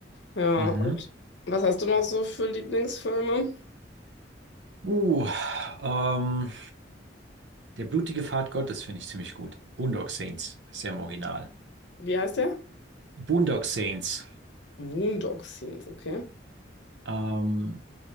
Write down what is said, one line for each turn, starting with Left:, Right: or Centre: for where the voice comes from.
Left: Ja,
Right: Mhm.
Left: und was hast du noch so für Lieblingsfilme?
Right: Uh, ähm, Der blutige Pfad Gottes finde ich ziemlich gut. Boondock Saints ist ja im Original.
Left: Wie heißt der?
Right: Boondock Saints.
Left: Boondock Saints, okay.
Right: Ähm,